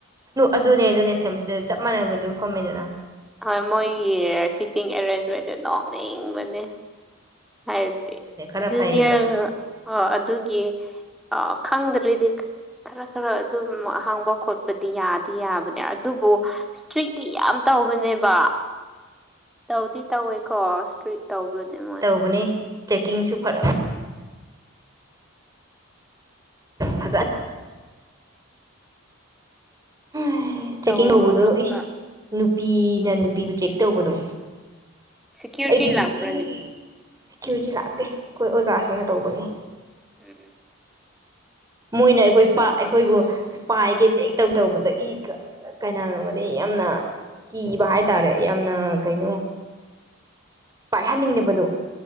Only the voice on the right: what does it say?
ꯑꯗꯨꯅꯦ ꯑꯗꯨꯅꯦ ꯁꯦꯃꯤꯁꯇꯔ ꯆꯞ ꯃꯥꯟꯅꯕꯗꯨ ꯐꯝꯃꯦꯗꯅ
ꯑꯗꯨꯅꯦ ꯈꯔ
ꯐꯩꯌꯦꯕ
ꯇꯧꯕꯅꯦ ꯆꯦꯛꯀꯤꯡꯁꯨ ꯐꯔꯛ ꯐꯖꯥ ꯍꯩ
ꯆꯦꯛꯀꯤꯡ
ꯇꯧꯕꯗꯣ ꯏꯁ ꯅꯨꯄꯤꯅ ꯅꯨꯄꯤꯕꯨ ꯆꯦꯛ ꯇꯧꯕꯗꯣ
ꯑꯩꯗꯤ
ꯏ ꯁꯦꯀ꯭ꯌꯨꯔꯤꯇꯤ ꯂꯥꯛꯇꯦ ꯑꯩꯈꯣꯏ ꯑꯣꯖꯥꯁꯤꯡꯅ ꯇꯧꯕꯅꯤ
ꯃꯣꯏꯅ ꯑꯩꯈꯣꯏꯄ ꯑꯩꯈꯣꯏꯕꯨ ꯄꯥꯏꯒꯦ ꯆꯦꯛ ꯇꯧꯇꯧꯕꯗ ꯏ ꯀꯥ ꯀꯩꯅꯥꯅꯣꯃꯗꯤ ꯌꯥꯝꯅ ꯀꯤꯕ ꯍꯥꯏꯇꯥꯔꯦ ꯌꯥꯝꯅ ꯀꯩꯅꯣ ꯄꯥꯏꯍꯟꯅꯤꯡꯗꯕꯗꯣ